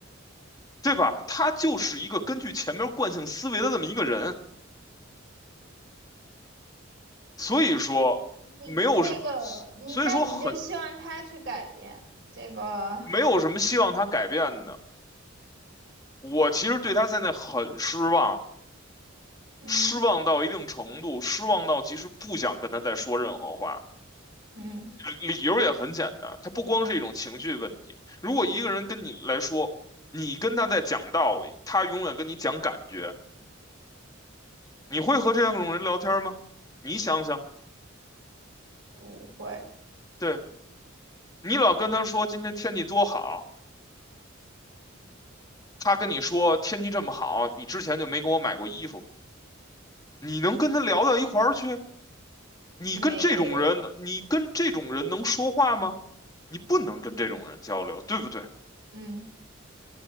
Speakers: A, on the left; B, on the right.
A: 对吧？他就是一个根据前面惯性思维的这么一个人，所以说没有什么，
B: 你这个，你那你就希望他去改变这个，
A: 所以说很没有什么希望他改变的。我其实对他现在很失望，
B: 嗯嗯
A: 失望到一定程度，失望到其实不想跟他再说任何话。
B: 嗯，
A: 理由也很简单，他不光是一种情绪问题。如果一个人跟你来说，你跟他在讲道理，他永远跟你讲感觉。你会和这种人聊天吗？你想想，
B: 不会，
A: 对，你老跟他说今天天气多好，他跟你说天气这么好，你之前就没给我买过衣服，你能跟他聊到一块儿去？你跟这种人，
B: 没有，
A: 你跟这种人能说话吗？你不能跟这种人交流，对不对？
B: 嗯